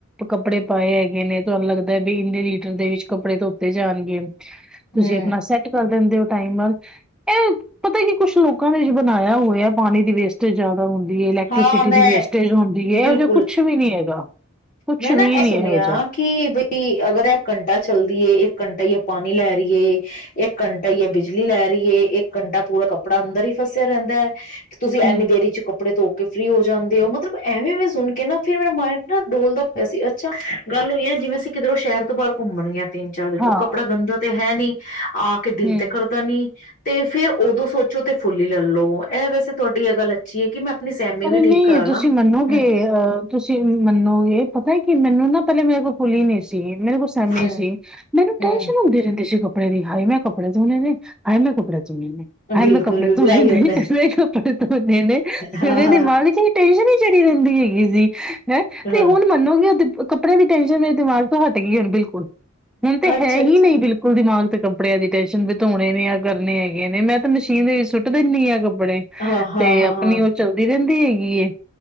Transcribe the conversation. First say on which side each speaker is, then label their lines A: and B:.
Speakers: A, in the centre; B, on the left.
A: ਕੱਪੜੇ ਪਾਏ ਹੈਗੇ ਨੇ, ਤੁਹਾਨੂੰ ਲੱਗਦਾ ਵੀ ਇੰਨੇ ਲੀਟਰ ਦੇ ਵਿੱਚ ਕੱਪੜੇ ਧੋਤੇ ਜਾਣਗੇ। ਤੁਸੀਂ
B: ਹਮ
A: ਆਪਣਾ ਸੈੱਟ ਕਰ ਦਿੰਦੇ ਹੋ ਟਾਈਮ ਵੱਲ ਇਹ ਪਤਾ ਕੀ ਕੁਛ ਲੋਕਾਂ ਨੇ ਜ ਬਣਾਇਆ ਹੋਇ ਆ ਪਾਣੀ ਦੀ ਵੇਸਟੇਜ ਆ ਹੁੰਦੀ ਹੈ ਇਲੈਕਟ੍ਰੀਸਿਟੀ
B: ਹਾਂ ਮੈਂ
A: ਦੀ ਵੇਸਟੇਜ ਹੁੰਦੀ ਹੈ,
B: ਬਿਲਕੁਲ
A: ਇਹੋ ਜਿਹਾ ਕੁਛ ਵੀ ਨੀ ਹੈਗਾ। ਕੁਛ
B: ਮੈਂ ਨਾ
A: ਵੀ
B: ਇਹ
A: ਨੀ
B: ਸੁਣਿਆ
A: ਇਹੋ ਜਿਹਾ
B: ਕਿ ਬਈ ਅਗਰ ਇੱਕ ਘੰਟਾ ਚੱਲਦੀ ਹੈ ਇੱਕ ਘੰਟਾ ਹੀ ਪਾਣੀ ਲੈ ਰਹੀਏ, ਇੱਕ ਘੰਟਾ ਹੀ ਹੈ ਬਿਜਲੀ ਲੈ ਰਹੀਏ, ਇੱਕ ਘੰਟਾ ਪੂਰਾ ਕੱਪੜਾ ਅੰਦਰ ਹੀ ਫਸਿਆ ਰਹਿੰਦਾ ਹੈ, ਤੁਸੀਂ
A: ਹੂੰ,
B: ਇੰਨੀ ਦੇਰੀ ਚ ਕੱੱਪੜੇ ਧੋ ਕੇ ਫਰੀ ਹੋ ਜਾਂਦੇ ਹੋ ਮਤਲਬ ਐਵੇਂ ਐਵੇਂ ਮੈਂ ਸੁਣ ਕੇ ਨਾ ਫਿਰ ਮੇਰਾ ਮਾਈਂਡ ਨਾ ਡੋਲਦਾ ਪਿਆ ਸੀ ਅੱਛਾ ਗੱਲ ਹੋਈ ਹੈ ਜਿਵੇਂ ਅਸੀਂ ਕਿਧਰੋਂ ਸ਼ਹਿਰ ਤੋਂ ਬਾਹਰ ਘੁੰਮਣ ਗ ਤਿੰਨ ਚਾਰ ਦਿਨ
A: ਹਾਂ
B: ਉਹ ਕੱਪੜਾ ਗੰਦਾ ਤੇ ਹੈ ਨੀ ਆ ਕੇ ਦਿਲ
A: ਹੂੰ
B: ਤੇ ਕਰਦਾ ਨੀ ਤੇ ਫੇਰ ਉਦੋਂ ਸੋਚੋ ਤੇ ਫੁੱਲ ਹੀ ਲੈ ਲੋ, ਇਹ ਵੈਸੇ ਤੁਹਾਡੀ ਇਹ ਗੱਲ ਅੱਛੀ ਹੈ ਕਿ ਮੈਂ ਆਪਣੀ ਸੈਮੀ
A: ਪਰ
B: ਵੀ
A: ਨਹੀਂ
B: ਠੀਕ ਕਰਾ ਲਾ
A: ਤੁਸੀਂ ਮੰਨੋਗੇ
B: ਹੂੰ
A: ਅਹ ਤੁਸੀਂ ਮਨੋਗੇ ਇਹ ਪਤਾ ਕਿ ਮੈਨੂੰ ਨਾ ਪਹਿਲੇ ਮੇਰੇ ਕੋਲ ਫੂਲੀ ਨਹੀਂ ਸੀ। ਮੇਰੇ ਕੋਲ ਸੈਮੀ
B: ਹੂੰ
A: ਸੀ, ਮੈਨੂੰ ਟੈਨਸ਼ਨ
B: ਹੂੰ
A: ਹੁੰਦੀ ਰਹਿੰਦੀ ਸੀ ਕਪੜੇ ਵੀ ਹਾਈ ਮੈਂ ਕਪੜੇ ਧੋਣੇ ਨੇ ਹਾਏ ਮੈ ਕਪੜੇ
B: ਬਿਲਕੁਲ,
A: ਹਾਏ ਮੈਂ ਕੱਪੜੇ
B: ਬਿਲਕੁਲ
A: ਧੋਣੇ
B: ਐਹੀ ਹੁੰਦਾ
A: ਨੇ,
B: ਹੈ।
A: ਕੱਪੜੇ ਧੋਣੇ ਨੇ।
B: ਹਾਂ,
A: ਫਿਰ ਇਹਦੀ
B: ਹਾਂ,
A: ਦਿਮਾਗ ਵਿੱਚ ਟੈਸ਼ਨ ਹੀ ਚੜੀ ਰਹਿੰਦੀ ਹੈਗੀ ਸੀ। ਹੈਂ
B: ਹਾਂ,
A: ਤੇ ਹੁਣ ਮੰਨੋਗੇ ਕੱੱਪੜੇ ਦੀ ਟੇਨਸ਼ਨ ਮੇਰੇ ਦਿਮਾਗ ਤੋਂ ਹਟ ਗਈ ਹੁਣ ਬਿਲਕੁਲ। ਹੁਣ ਤੇ
B: ਅੱਛਾ,
A: ਹੈ ਹੀ
B: ਅੱਛਾ।
A: ਨਹੀਂ ਬਿਲਕੁਲ ਦਿਮਾਗ ਕੱਪੜਿਆਂ ਦੀ ਟੈਨਸ਼ਨ ਵੀ ਧੋਣੇ ਨੇ ਆ ਕਰਨੇ ਹੈਗੇ ਨੇ ਮੈਂ ਤਾਂ ਮਸ਼ੀਨ ਦੇ ਵੀਚ ਸੁੱਟ ਦਿੰਦੀ ਆਂ ਕਪ ਪੜੇ
B: ਹਾਂ, ਹਾਂ,
A: ਤੇ
B: ਹਾਂ,
A: ਆਪਣੀ
B: ਹਾਂ,
A: ਉਹ ਚੱਲਦੀ ਰਹਿੰਦੀ ਹੈਗੀ ਹੇ।